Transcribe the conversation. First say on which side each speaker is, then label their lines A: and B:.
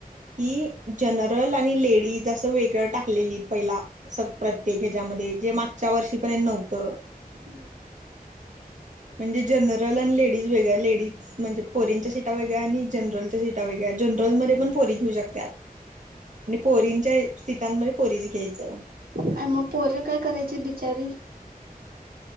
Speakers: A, on the right; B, on the right.
A: की जनरल आणि लेडीज असं वेगळं टाकलेलीत. पहिला स प्रत्येक ह्याच्यामध्ये जे मागच्या वर्षीपर्यंत नव्हतं.
B: हम्म.
A: म्हणजे जनरल आणि लेडीज वेगळ्या लेडीज. म्हणजे पोरींच्या सीटा वेगळ्या आणि जनरलच्या सीटा वेगळ्या जनरलमध्ये पण पोरी घेऊ शकत्यात. आणि पोरींच्या सीटांमध्ये पोरीच घ्यायचं.
B: अय मग पोरं काय करायची बिचारी?